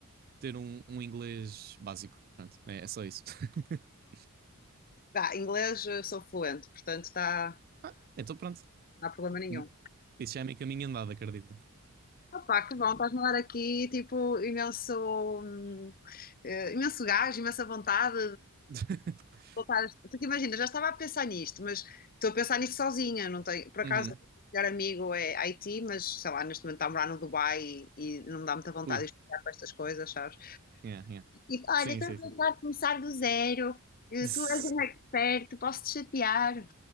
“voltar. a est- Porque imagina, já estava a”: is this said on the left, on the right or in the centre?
Left